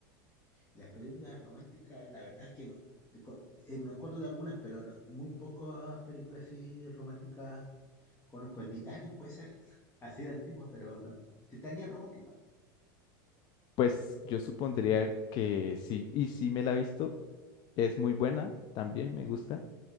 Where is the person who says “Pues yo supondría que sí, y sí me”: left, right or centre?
Left